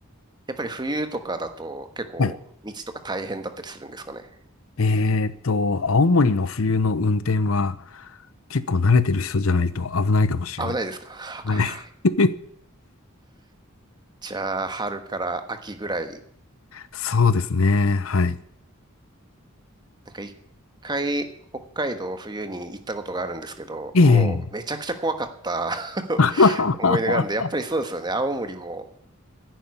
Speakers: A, on the right (about 20°); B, on the left (about 80°).
A: やっぱり冬とかだと結構道とか大変だったりするんですかね。
B: はいえーっと、青森の冬の運転は結構慣れてる人じゃないと危ないかもしれない。
A: 危ないですかあ
B: はい。<laughs>
A: <laughs> じゃあ、春から秋ぐらい。
B: そうですね。はい。
A: なんか一回、北海道冬に行ったことがあるんですけど、
B: ええ。
A: もうめちゃくちゃ怖かった <laughs>
B: <laughs>
A: 思い出があるんで、やっぱりそうですよね。青森も。